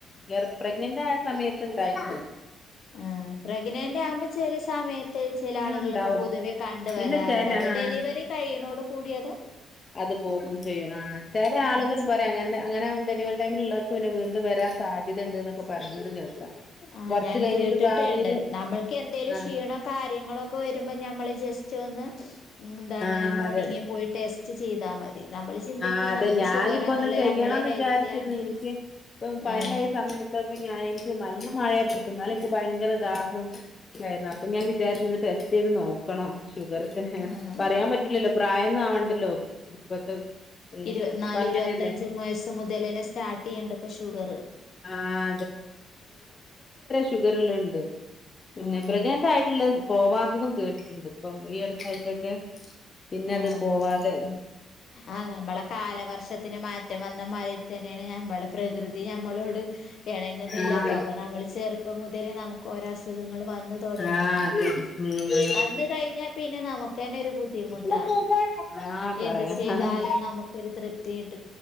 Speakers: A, on the left; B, on the left.
A: വറ പ്രഗ്നന്റ് ആയ സമയത്ത് <unintelligible>
B: ആ പ്രഗ്നന്റ് ആവുമ്പോ ചില സമയത്ത്
A: ആഹ്
B: ചില ആളുകളൾൊക്കെ
A: ഇണ്ടാവും
B: പൊതുവേ കണ്ട വരാറുണ്ട്
A: പിന്നെ ചെല
B: അത്
A: ആഹ്
B: ഡെലിവറി കഴിയുന്നോടൂ കൂടിയത്
A: അത് പോകും ചെയ്യും ആ ചില ആളുകൾ
B: അങ്ങനെ
A: പറയാ അങ്ങനെ അങ്ങനെ ഡെലിവറി ടൈമിൽ ഉള്ളവർക്കും പിന്നെ വീണ്ട വരാൻ സാധ്യതയ ഉണ്ട് എന്നൊക്കെ പറയുന്നത് കേൾക്കാം
B: ആഹ്
A: കൊറച്ച്
B: ഞാനും
A: കഴിഞ്ഞിട്ട്
B: കേട്ടിട്ടുണ്ട്
A: ഭാവിയില്
B: നമ്മൾക്ക് എന്തേലും
A: ആ
B: ക്ഷീണോ കാര്യങ്ങളൊക്കെ വരുമ്പോ ഞമ്മള് ജസ്റ്റ് ഒന്ന് എന്താണ്
A: ആ
B: മോർണിങ്ങിൽ
A: അതെ
B: പോയിട്ട് ച്ച് ചെയ്താ മതി നമ്മൾ ചിന്തിക്കും
A: ആ അതെ
B: നമുക്ക്
A: ഞാനിപ്പോ
B: ഷുഗർ ഒന്നുല്ല
A: ഒന്ന് ചെയ്യണംന്ന്
B: നമ്മള് ഹെൽത്തിയാണ്
A: വിചാരിച്ചിരുന്നു എനിക്ക് ഇപ്പ പനിയായ
B: ആഹ്
A: സമയത്ത് അപ്പ ഞാൻ എനിക്ക് നല്ല മഴയെ എന്നാലെനിക്ക് ഭയങ്കര ദാഹം ഉണ്ടായിരുന്നു അപ്പൊ ഞാൻ വിചാരിച്ചന്ന് ടെസ്റ്റ് ചെയ്ത് നോക്കണം ഷുഗറൊക്കെ
B: ആഹ്
A: പറയാൻ പറ്റില്ലല്ലോ പ്രായന്ന ആവണ്ടല്ലോ ഇപ്പത്തെ ഏ
B: ഇരുപത്ത്നാല്
A: ഇപ്പ അങ്ങനെയല്ലേ
B: ഇരുപത്തഞ്ചും വയസ് മുതലന്നെ സ്റ്റാർട്ട് ചെയ്യണ്ട് ഇപ്പൊ ഷുഗർ
A: ആഹ് ഷുഗർല്ല ഉണ്ട് പിന്നെ
B: ആഹ്
A: പ്രഗ്നൻ്റായിട്ടുള്ളത് പോവാത്തതും കേട്ടിട്ടുണ്ട് ഇപ്പം ഈ അടുത്താഴ്ചൊക്കെ പിന്നെ
B: ആഹ്
A: അത് പോവാതെ
B: ആഹ് നമ്മളെ കാലവർഷത്തിന് മാറ്റ റ്റ വന്ന മയെം തന്നെയാണ് നമ്മുടെ പ്രകൃതി ഞമ്മളോട് ഇണങ്ങുന്നില്ലപ്പ
A: ആഹ്
B: അപ്പ നമ്മള് ചെറുപ്പം മുതലേ നമുക്ക് ഓരോ അസുഖങ്ങള് വന്ന് തുടങ്ങാണ്
A: ആഹ് അതെ
B: വന്ന് കഴിഞ്ഞാ പിന്നെ നമുക്ക് തന്നെ ഒരു ബുദ്ധിമുട
A: ഉം ആഹ് പറയാ
B: എന്ത് ചെയ്താലും
A: ആഹ്
B: നമുക്കൊരു തൃപ്തിട്ട